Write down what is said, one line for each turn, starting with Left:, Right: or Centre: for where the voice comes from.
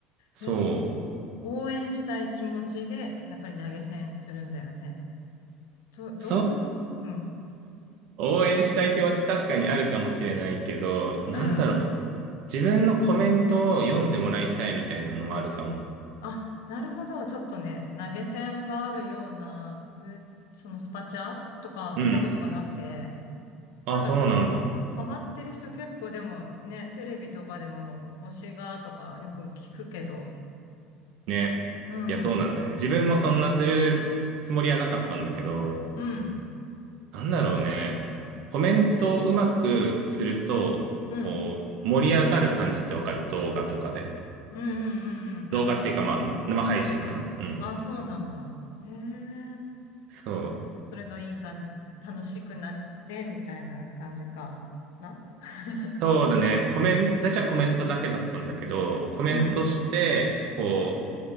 Right: そう。
Left: え、応援したい気持ちで、やっぱり投げ銭するんだよね。ど、どういう、
Right: そう、
Left: うん、
Right: 応援したい気持ち確かにあるかもしれないけど、なんだろう。
Left: うん。
Right: 自分のコメントを読んでもらいたいみたいなのもあるかも。
Left: あ、なるほど。ちょっとね、投げ銭があるような、いうそのスパチャとか見たことがなくて、
Right: うん。あ、
Left: なんか、
Right: そうなんだ。
Left: ハマってる人結構でもね、テレビとかでも推しがとかよく聞くけど、
Right: ね。
Left: うん、
Right: いや、そうなんだよね。
Left: うん、
Right: 自分もそんなするつもりはなかったんだけど、
Left: うん、
Right: なんだろうね。コメントをうまくすると、
Left: うん、
Right: こう、盛り上がる感じってわかる動画とかで。
Left: うん、うん、うんなんか、
Right: 動画っていうか、
Left: は
Right: まあ、生配信かなうん。
Left: あ、そうなんだ。へえ、
Right: そう。
Left: それがいい感じ、楽しくなって、みたいな感じかな。<laughs>
Right: そうだね。コメント、最初はコメントだけだったんだけど、コメントして、
Left: うん。
Right: こ